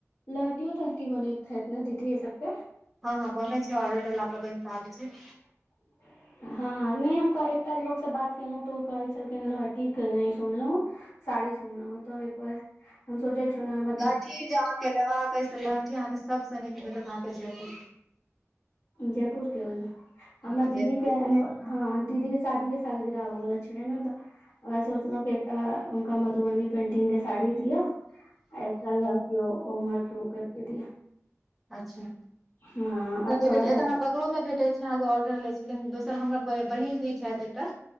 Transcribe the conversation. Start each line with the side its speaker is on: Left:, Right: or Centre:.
Left: लहठियो तहटी बनैत हेत ने दीदी एहि सबके
Centre: हँ हँ बनै छै ऑर्डर देला पर बइन कऽ आबै छैय
Left: <unintelligible> हँ नहि हम कऽ एकटा लोकसँ बात केलौ तऽ ओ कहै छलखिन लहठीके नहि सुनलौ साड़ी सुननौ तऽ एक बार हम सोचै छनौ एमहर
Centre: लहठी जे अहाँके लेबाक अएछ तऽ लहठी अहाँके सबसँ नीक भेटत अहाँके जयपुर के
Left: जयपुर के ओहिमे हमरा
Centre: हँ जयपुरी
Left: दीदी के ने हँ दीदी के शादी के साल गिरा आबऽ बला छलै न? तऽ ओहैऽ सोचलौं फेर तऽ हुनका मधुबनी पेंटिंग के साड़ी दियऽ, एक टा लहटियो, ओ मारक्यू कर के दिअ।
Centre: अच्छा।
Left: हँ। आब
Centre: प्ल भेटै
Left: थोड़ा
Centre: छै,
Left: सा
Centre: एतऽ हमरा बगलो में भेटै छै, अहाँक ऑर्डर लै छै, किन दोसर हमर ब-बहन धी छैत एकटा